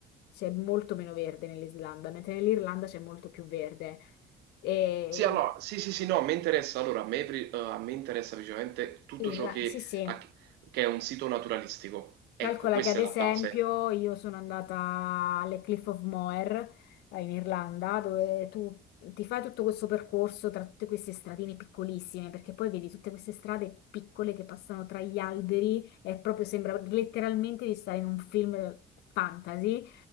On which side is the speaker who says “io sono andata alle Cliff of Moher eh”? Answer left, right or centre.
Left